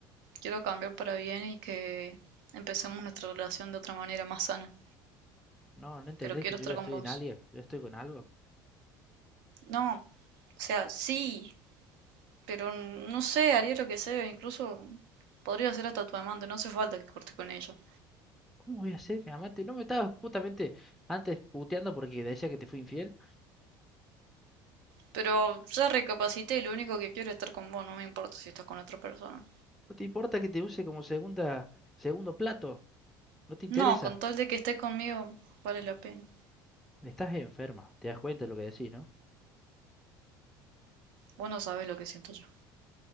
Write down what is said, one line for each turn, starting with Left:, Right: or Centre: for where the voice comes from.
Right: quiero cambiar para bien y que empecemos nuestra relación de otra manera más sana.
Centre: No, no entendés
Right: Pero quiero
Centre: que yo
Right: estar
Centre: ya estoy
Right: con vos.
Centre: en alguien, ya estoy con algo.
Right: No, o sea, sí, pero no sé, haría lo que sea, incluso podría ser hasta tu amante, no hace falta que cortes con ella.
Centre: ¿Cómo voy a ser mi amante? No me estabas justamente antes puteando porque decía que te fui infiel.
Right: Pero ya recapacité y lo único que quiero es estar con vos, no me importa si estás con otra persona.
Centre: No te importa que te use como segunda, segundo plato. No te interesa.
Right: No, con tal de que estés conmigo, vale la pena.
Centre: Estás enferma. ¿Te das cuenta de lo que decís, no?
Right: Vos no sabés lo que siento yo.